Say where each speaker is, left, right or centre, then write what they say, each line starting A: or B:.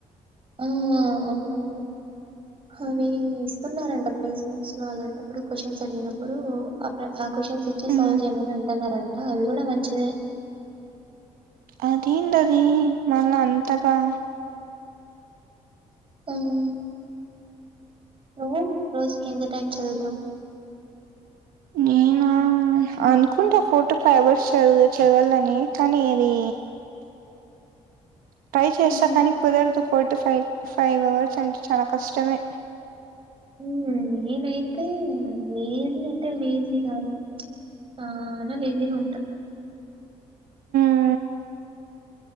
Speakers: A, on the right (about 40°); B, on the right (about 80°).
A: హ్మ్ అవునవును అవి ఇస్తున్నారంట ప్లేస్మెంట్స్ లో అలాంటప్పుడు క్వశ్చన్స్ అడిగినప్పుడు క్వశ్చన్స్ ఇచ్చి
B: మ్మ్
A: సాల్వ్ చేయమని అంటన్నారంట అది గూడా మంచిదే
B: అదేందది మళ్ళ అంతగా
A: హ్మ్ నువ్వు రోజుకి ఎంత టైం చదువుతవు
B: నేను అనుకుంటా ఫోర్ట్టు ఫైవ్ అవర్స్ చదు చదవాలని కనీ అది ట్రై చేస్త
A: హ్మ్.
B: కనీ కుదరదు ఫోర్ట్టు ఫైవ్ ఫైవ్ అవర్స్ అంటే చాలా కష్టమే
A: ఊ నేనైతే లేజీ అంటే లేజీ గాదు చానా లేజీగా ఉంటా.
B: ఆ